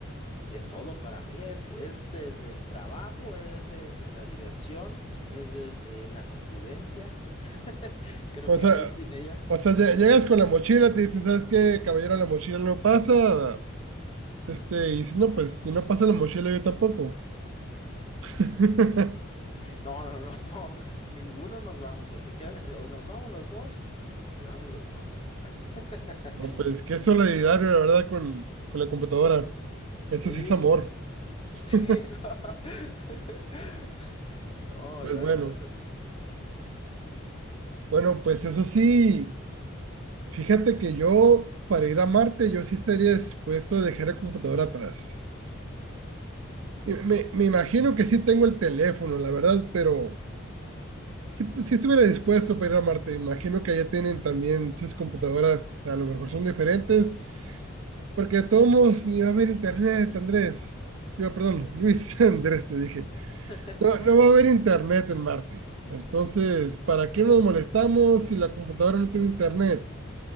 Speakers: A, on the left; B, on the right.
A: es todo para mí, es, es desde el trabajo, es desde la diversión, es desde la convivencia, <laughs> creo
B: O
A: que
B: sea,
A: ahí sin ella.
B: o sea, lle- llegas con la mochila, te dicen, ¿sabes qué, caballero? La mochila no pasa. Este, y si no, pues, si no pasa la mochila, yo tampoco. <laughs>
A: No, no, no, <laughs> ninguno nos vamos, o se queda, o nos vamos los dos, o nos quedamos los dos. <laughs>
B: No, pues, qué solidario, la verdad, con, con la computadora. Eso
A: Sí.
B: sí es amor.
A: Sí,
B: <laughs>
A: no. <laughs> No,
B: Pues
A: yo
B: bueno,
A: hay cosas.
B: bueno, pues eso sí, fíjate que yo, para ir a Marte, yo sí estaría dispuesto a dejar la computadora atrás. Me, me- me imagino que sí tengo el teléfono, la verdad, pero sí, pues, sí estuviera dispuesto para ir a Marte. Imagino que allá tienen también sus computadoras, a lo mejor son diferentes, porque de todos modos ni va a haber internet, Andrés. Digo, perdón, Luis <laughs> Andrés, te dije.
A: <laughs>
B: No, no va a haber internet en Marte. Entonces, ¿para qué nos molestamos si la computadora no tiene internet?